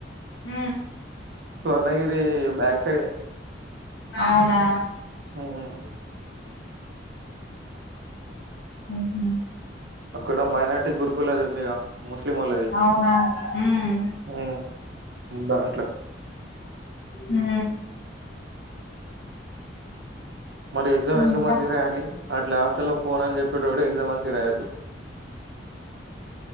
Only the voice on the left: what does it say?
ఊ.
ఆయన.
ఉహు.
అవునా ఉమ్
హ.
ఇంకా